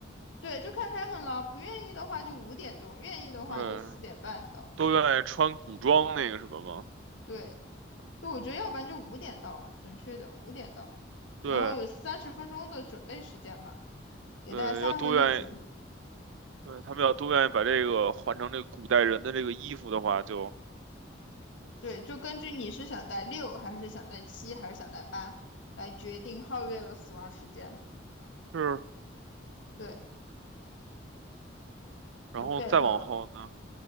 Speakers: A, on the left (about 80°); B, on the right (about 80°).
A: 对，就看他们了。不愿意的话就五点钟，愿意的话就四点半到。
B: 对，都愿意穿古装那个什么吗？
A: 对，就我觉得要不然就五点到吧，准确点，五点到。
B: 对
A: 然后有三十分钟的准备时间嘛，给大家三十分钟准
B: 对，要都愿意，对，他们要都愿意把这个换成这个古代人的这个衣服的话就。
A: 对，就根据你是想带六，还是想带七，还是想带八，来决定皓月的死亡时间。
B: 是。
A: 对，
B: 然后再往后呢，
A: 我 get 了。